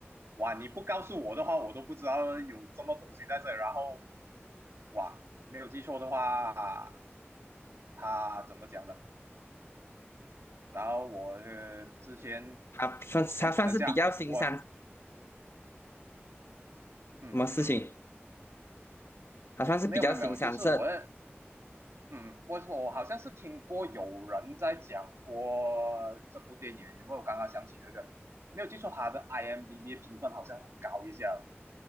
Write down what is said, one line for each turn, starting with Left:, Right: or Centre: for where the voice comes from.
Right: 哇，你不告诉我的话，我都不知道有这么东西在这里然后哇，没有记错的话，他怎么讲的？然后我呃之前，
Left: 它算他算是比较新三什
Right: 哎，等一下，我嗯嗯，
Left: 么事情？他算是比较新三色
Right: 没有没有没有，就是我嗯，我我好像是听过有人在讲过这部电影，因为我刚刚想起这个，没有记错，他的 IMDB 评分好像很高一下。